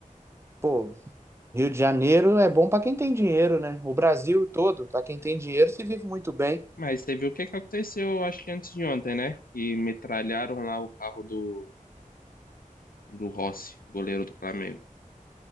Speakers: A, on the right; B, on the left.
A: Pô, Rio de Janeiro é bom pra quem tem dinheiro, né? O Brasil todo, pra quem tem dinheiro, se vive muito bem.
B: Mas teve o que que aconteceu, acho que antes de ontem, né? e metralharam lá o carro do, do Rossi, goleiro do Flamengo.